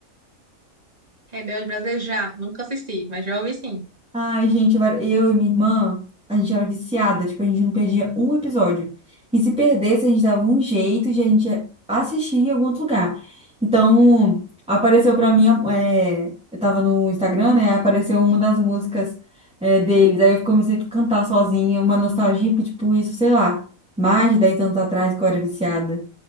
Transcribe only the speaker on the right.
Rebelde Brasileiro já, nunca assisti, mas já ouvi sim.